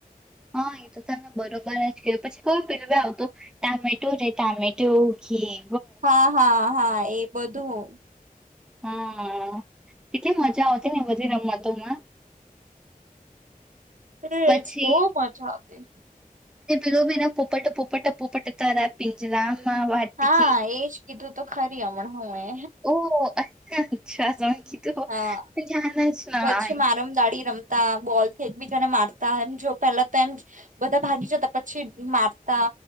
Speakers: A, in the centre; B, on the right.
A: હા એ તો તમે બરોબર જ કે પછી કયું પેું ભાઈ આવ તો ટામેટો છે ટામેટો કેી
B: હા, હા, હા એ બધું
A: હા કેટલી મજા આવતી ને બધી રમતોમાં
B: હુ
A: પછી
B: ઇટ્સ બહુ મજા આવતી.
A: પરોબના પોપટ, પોપટ, પોપટ તારા પિંજરામાં વાટકી.
B: હા એજ કીધું તો ખરી હમણાં હું એ
A: ઓહ અચ્છા સંકી તો
B: હા
A: જા જ ના
B: પછી મારમ દાડી બોલ થી એકબીજાને મારતા એમ જો પેલા તો એમ બધા ભાગી જતા પછી મારતા.